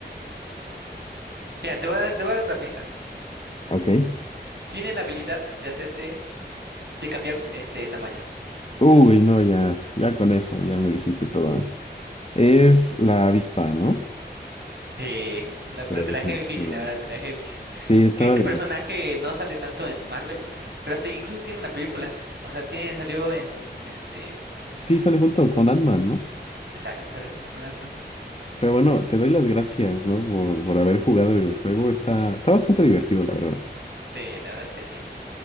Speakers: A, on the right; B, on the left.
A: Ya, te voy a, te voy a dar otra pista.
B: Ok.
A: Tiene la habilidad de hacerse, de cambiar este tamaño.
B: Uy, no, ya, ya con eso, ya me dijiste todo. Es la avispa, ¿no?
A: Eh, la verdad,
B: Perfecto.
A: te la dejé difícil, la verdad, te la dejé difícil.
B: Sí, estaba
A: Que este
B: difícil.
A: personaje no sale tanto en Marvel, pero hasta incluso tiene una película. O sea, tiene, salió en este.
B: Sí, sale junto con Ant-Man, ¿no?
A: Exacto, sale junto con Atman.
B: Pero bueno, te doy las gracias, ¿no? Por, por haber jugado el juego. Está, está bastante divertido, la verdad.
A: Sí, la verdad es que sí.